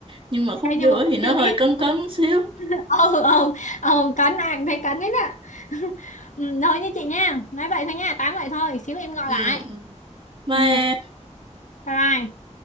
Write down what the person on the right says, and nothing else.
nhưng mà khúc
giữa
thì
nó
hơi
cấn cấn xíu
ừ
ừ. Bye
em